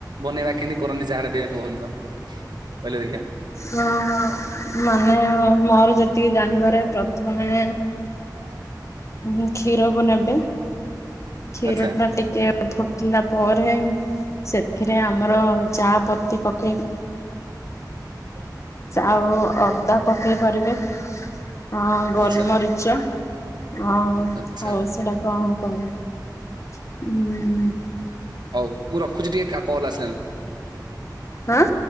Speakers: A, on the right; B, on the left.
A: ବନେଇବା କେମିତି କରନ୍ତି ଚାହା ଟା ଟିକେ କୁହନ୍ତ? କହିଲେ ଦେଖିଆ।
B: ହଁ, ହଁ ମାନେ ମୋର ଯେତିକି ଜାଣିବାରେ ପ୍ରଥମେ
A: ହଁ, ହଁ।
B: ହୁଁ, କ୍ଷୀରକୁ ନେବେ, କ୍ଷୀର
A: ଆଚ୍ଛା
B: ଟା ଟିକେ ଫୁଟିଲା ପରେ ସେଥିରେ ଆମର ଚା ପତି ପକେଇ
A: <inaudible>
B: ଆଉ ଅଦା ପକେଇ ପାରିବେ ଅ, ଗୋଲମରିଚ
A: ଆଚ୍ଛା
B: ହଁ
A: ଆଚ୍ଛା
B: ହଉ ସେଟା କଣ କହନ <inaudible>
A: ହଉ ମୁଁ ରଖୁଛି ଟିକେ କା-କଲ୍ ଆସିଲାନି।
B: ହଁ।